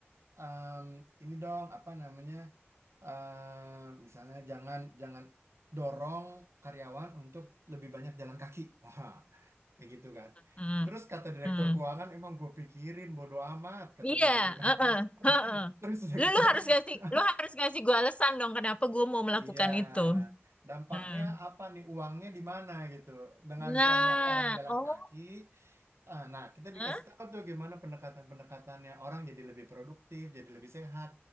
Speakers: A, on the right; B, on the left.
A: em, ini dong apa namanya? em, misalnya jangan jangan dorong karyawan untuk lebih banyak jalan kaki." <laughs> kayak gitu kan.
B: Hmm,
A: Terus kata direktur
B: hmm.
A: keuangan, emang gue pikirin bodo amat katanya
B: Iya,
A: gitu kan.
B: heeh,
A: <laughs>
B: heeh.
A: Terus udah
B: Lu
A: gitu,
B: lu harus ngasih
A: <laughs>
B: lu harus ngasih gua alasan dong kenapa gua mau melakukan
A: iya
B: itu.
A: dampaknya
B: Hmm.
A: apa nih uangnya di mana gitu. Dengan
B: Nah,
A: banyak orang jalan
B: oh,
A: kaki, Ah, Nah, kita
B: Hah?
A: dikasih tahu tuh gimana pendekatan-pendekatannya. Orang jadi lebih produktif, jadi lebih sehat,